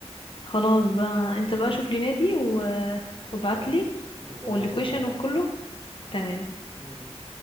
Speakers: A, on the left (about 50°); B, on the right (about 30°).
A: خلاص بقى انت بقى شوف لي نادي و... وابعت
B: خلاص
A: لي
B: نبقى
A: واللوكيشن
B: نظبطها مع بعض
A: وكله تمام
B: ماشي